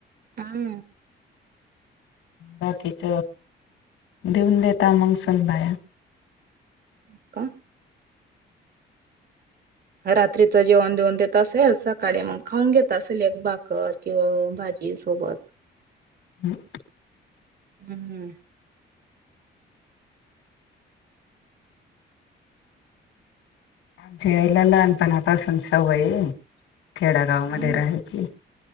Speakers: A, on the right; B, on the left.
A: हा.
B: बाकीच देऊन देता मंग सन बायार
A: न का? रात्रीचं जेवण देऊन देत असेल सकाळी मग खाऊन घेत असेल एक बाकत. किंवा भाजी सोबत
B: हम्.
A: हम्मम.
B: आमच्या आईला लहानपणापासून सवय खेडागाव
A: हम्म
B: मध्ये राहायची.